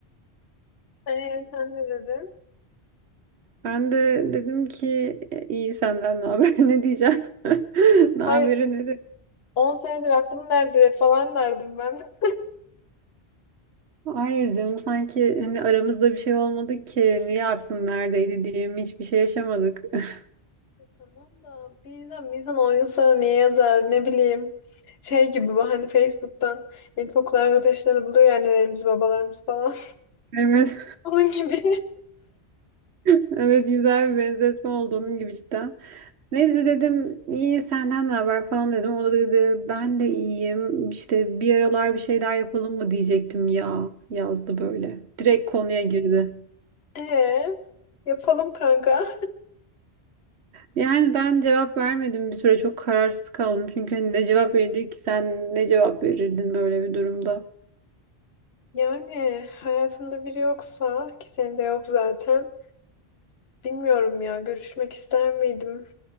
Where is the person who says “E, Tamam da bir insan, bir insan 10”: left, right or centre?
Left